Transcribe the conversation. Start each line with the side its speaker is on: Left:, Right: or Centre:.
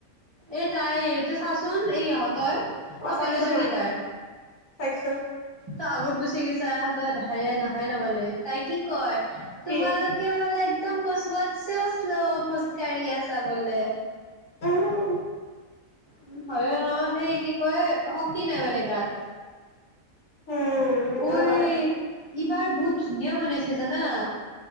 Right: এ তাই এইটো চাচোন, এই ইহঁতৰ। অঁ,
Left: অ', চাইছো
Right: কলেজৰ
Left: মই
Right: গিটাৰ।
Left: চাইছো।
Right: তই আগত গুচি গৈছা তইাইে নহাই নবালি তাই কি কয়? তোমালোকে
Left: কি
Right: বোলে একদম কচ্মৎ চিলচ শ্লো খোজকাঢ়ি আছাবোলে।
Left: উম,
Right: উম', হয় সেই কি কয় শক্তি নাই মানে গাত।
Left: উম, সেইটো
Right: ওই',
Left: হয়
Right: এইবাৰ বহুত। ধুনীয়া বনাইছে জানা।